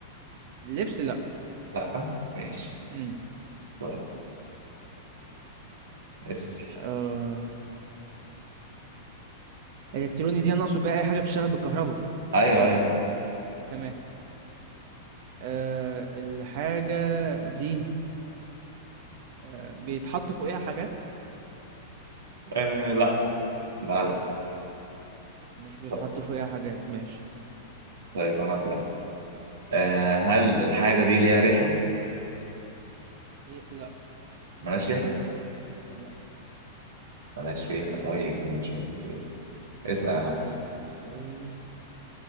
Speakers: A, on the right (about 55°); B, on the right (about 75°).
A: لبس لأ،
B: لا ماشي
A: إمم،
B: طيب اسأل
A: آآ إلكتروني دي أنا أقصد بيها أي حاجة بتشتغل بالكهربا،
B: ايوه ايوه فاهم
A: تمام، آآ الحاجة دي آآ بيتحط فوقيها حاجات؟
B: آه لا لا لا
A: مش بيتحط
B: طب-
A: فوقيها حاجات ماشي،
B: طيب انا هسأل آه هل الحاجة دي ليها ريحة؟
A: ي لأ،
B: ملهاش ريحة؟
A: لأ،
B: ملهاش ريحة طيب ماشي أوكي. اسأل
A: هاسألك أنا سؤال،